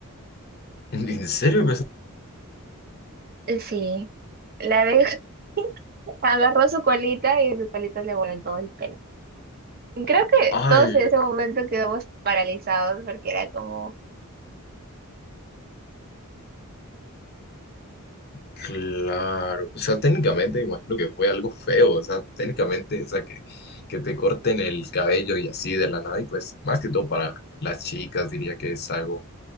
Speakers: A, on the left (about 50°); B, on the right (about 45°).
A: <laughs> ¿En serio? Pues,
B: así. Sí, La abeja <laughs> agarró su colita y su colita le voló en todo el pelo. Y creo que
A: ¡Al!
B: todos en ese momento quedamos paralizados porque era como...
A: Claro, o sea, técnicamente me imagino que fue algo feo, o sea, técnicamente, o sea, que, que te corten el cabello y así de la nada, y pues más que todo para las chicas diría que es algo,